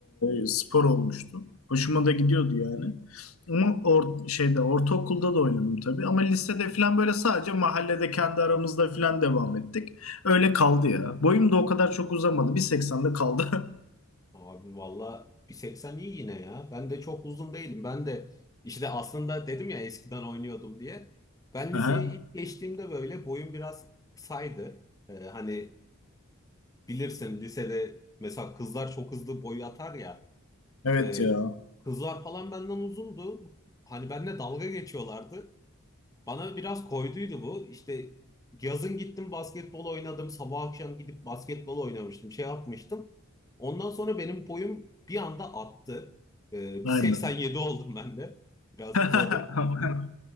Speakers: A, on the left; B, on the left.
A: e, spor olmuştu. Hoşuma da gidiyordu yani. Ama or şeyde ortaokulda da oynadım tabii ama lisede falan böyle sadece mahallede kendi aramızda falan devam ettik. Öyle kaldı ya. Boyum da o kadar çok uzamadı. 1.80'de kaldı.
B: Abi valla 1.80 iyi yine ya. Ben de çok uzun değilim. Ben de işte aslında dedim ya eskiden oynuyordum diye. Ben liseyi
A: <laughs> Aha.
B: ilk geçtiğimde böyle boyum biraz saydı. Ee, hani Bilirsin lisede mesela kızlar çok hızlı boy atar ya.
A: Evet
B: E,
A: ya.
B: kızlar falan benden uzundu. Hani benimle dalga geçiyorlardı. Bana biraz koyduydu bu. İşte yazın gittim basketbol oynadım. Sabah akşam gidip basketbol oynamıştım. Şey yapmıştım. Ondan sonra benim boyum bir anda attı. E,
A: Aynen.
B: bir 87 oldum ben de. Biraz
A: <laughs>
B: uzadım.